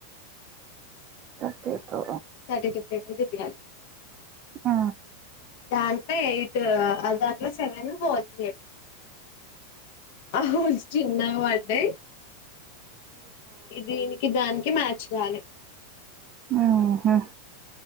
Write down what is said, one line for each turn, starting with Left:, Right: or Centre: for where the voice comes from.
Right: thirty two
Left: thirty two rupees ఇయ్యాలి
Right: ఆ
Left: దాంట్లో ఎయిట్ ఆ దాంట్లో సెవెన్ పోవచ్చు ఓహో చిన్నగా పడ్డాయి దీనికి దానికి మ్యాచ్ కాలే
Right: ఆహా